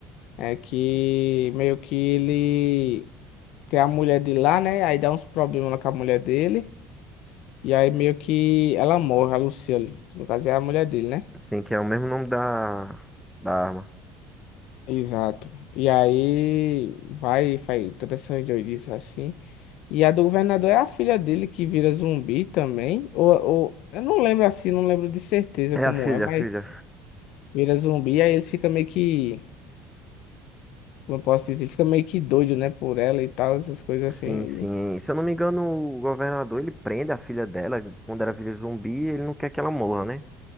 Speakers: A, on the left; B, in the centre.
A: é que meio que ele tem a mulher de lá, né? Aí dá uns problemas lá com a mulher dele, e aí meio que ela morre, a Lucille, que no caso é a mulher dele, né?
B: Sim, que é o mesmo nome da, da arma.
A: Exato. E aí vai, faz todas essas doidices assim. E a do governador é a filha dele que vira zumbi também, ou, ou eu não lembro assim, não lembro de certeza como
B: É a filha,
A: é, mas
B: a filha.
A: vira zumbi, aí ele fica meio que como eu posso dizer, fica meio que doido, né, por ela e tal, essas coisas
B: Sim,
A: assim. aí.
B: sim. Se eu não me engano, o governador, ele prende a filha dela quando era filha zumbi, ele não quer que ela morra, né?